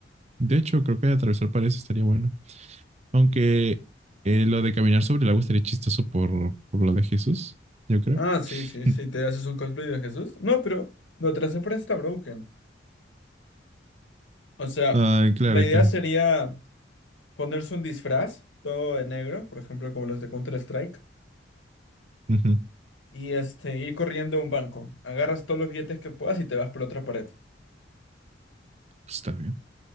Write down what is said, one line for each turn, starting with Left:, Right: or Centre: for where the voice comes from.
Right: De hecho, creo que atravesar paredes estaría bueno. Aunque eh, lo de caminar sobre el agua estaría chistoso por, por lo de Jesús, yo creo.
Left: Ah, sí, sí,
Right: <laughs>
Left: sí, te haces un cosplay de Jesús. No, pero lo trazé para está broken. O sea,
Right: Ah, claro,
Left: la idea
Right: claro.
Left: sería ponerse un disfraz todo de negro, por ejemplo, como los de Counter-Strike.
Right: Ujú.
Left: y este, ir corriendo a un banco. Agarras todos los billetes que puedas y te vas por la otra pared.
Right: Pues está bien.